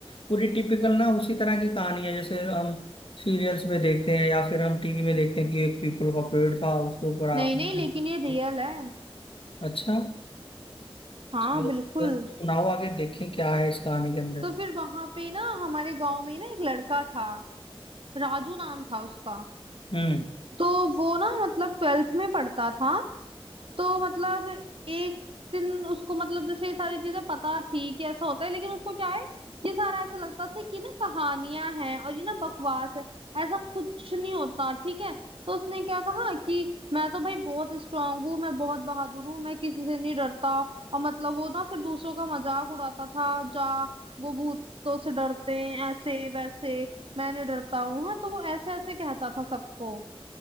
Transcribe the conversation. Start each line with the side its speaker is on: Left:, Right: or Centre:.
Left: पूरी टिपिकल ना उसी तरह की कहानी है जैसे हम सीरियल्स में देखते हैं या फिर हम टीवी में देखते हैं कि एक पीपल का पेड़ था उसके ऊपर
Right: नहीं
Left: आत्मा
Right: नहीं लेकिन
Left: रहती
Right: ये रियल
Left: थी।
Right: है
Left: अच्छा
Right: हाँ
Left: चलिए,
Right: बिल्कुल
Left: फिर सुनाओ आगे देखें क्या है इस कहानी के अंदर
Right: तो फिर वहां पे ना हमारे गांव में ही ना एक लड़का था राजू नाम था उसका
Left: हम्म
Right: तो वो ना मतलब ट्वेल्थ में पढ़ता था तो मतलब एक दिन उसको मतलब जैसे ये सारी चीजें पता थी कि ऐसा होता है लेकिन उसको क्या है ये सारा ऐसा लगता था कि ना कहानियां हैं और ये ना बकवास है ऐसा कुछ नहीं होता ठीक है तो उसने क्या कहा कि मैं तो भाई बहुत स्ट्रांग हूँ मैं बहुत बहादुर हूँ मैं किसी से नहीं डरता और मतलब वो ना फिर दूसरों का मजाक उड़ाता था जा वो भूतों से डरते हैं ऐसे वैसे मैं नहीं डरता हूँ हाँ तो वो ऐसे ऐसे कहता था सबको